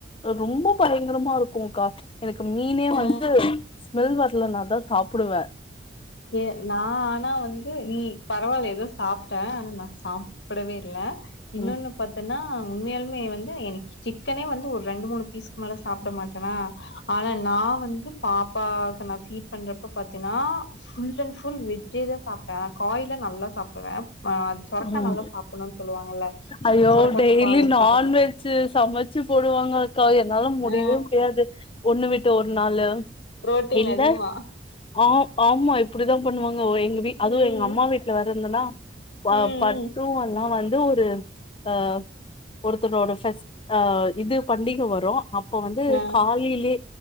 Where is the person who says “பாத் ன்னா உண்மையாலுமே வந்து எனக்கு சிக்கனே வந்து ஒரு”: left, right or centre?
Left